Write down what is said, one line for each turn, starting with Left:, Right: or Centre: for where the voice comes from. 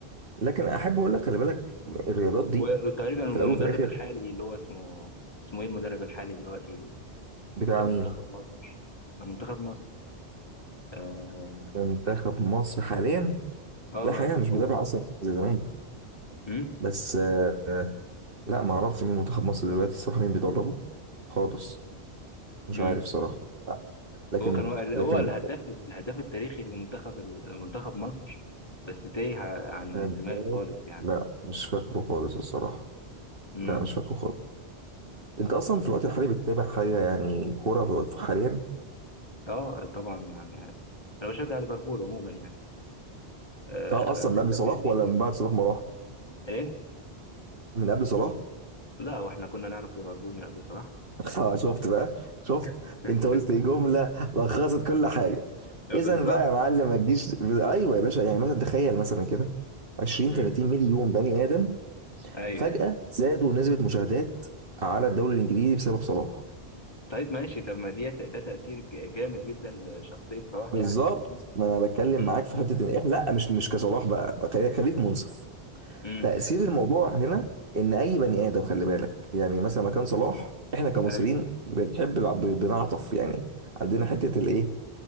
Right: لكن احب اقول لك خلي بالك الرياضات دي
Left: و- وتقريبا المدرب
Right: في الاول وفي الاخر
Left: الحالي اللي هو اسمه اسمه ايه المدرب الحالي دلوقتي
Right: بتاع
Left: لمنتخب
Right: مين
Left: مصر آه، منتخب مصر اه,
Right: منتخب مصر حاليا
Left: آه
Right: لا حقيقة مش بتابع
Left: هو
Right: اصلا زي زمان
Left: امم
Right: بس آه، لا ما اعرفش مين منتخب مصر دلوقتي الصراحه مين بيدربه خالص مش
Left: امم
Right: عارف صراحه لا. لكن
Left: هو كان هو
Right: لكن
Left: هو الهداف الهداف التاريخي لمنتخب منتخب مصر بس تايه ع- عن
Right: هداف
Left: دماغي خالص
Right: لا مش فاكره خالص الصراحه
Left: يعني
Right: لا مش فاكره خالص انت اصلا في الوقت الحالي بتتابع حاجه يعني كوره في الوقت حاليا
Left: اه طبعا يعني انا بشجع ليفربول عموما يعني آه
Right: اه اصلا من
Left: لسه
Right: قبل صلاح
Left: فايزين
Right: ولا
Left: يعني
Right: من بعد صلاح ما راح
Left: ايه
Right: من قبل صلاح
Left: لا واحنا كنا نعرف ليفربول من قبل صلاح
Right: <laughs> آه، شفت بقى شفت
Left: <laughs>
Right: انت قلت جمله لخصت كل حاجه
Left: بالظبط
Right: اذا بقى يا معلم ما تجيش ايوه يا باشا يعني مثلا تخيل مثلا كده 20
Left: امم
Right: 30 مليون بني ادم
Left: ايوه
Right: فجأة زادوا نسبة مشاهدات على الدوري الانجليزي بسبب صلاح
Left: طيب ماشي طب ما دي ده تأثير ج- جامد جدا لشخصية صلاح
Right: بالظبط
Left: يعني فاهمني
Right: ما انا بتكلم
Left: امم
Right: معاك في حته ان احنا لا مش مش كصلاح بقى بقى خليك خليك منصف
Left: امم
Right: تاثير الموضوع هنا ان اي بني ادم خلي بالك يعني مثلا مكان صلاح احنا كمصريين
Left: ايوه
Right: بنحب الع- ب- بنعطف يعني عندنا حته الايه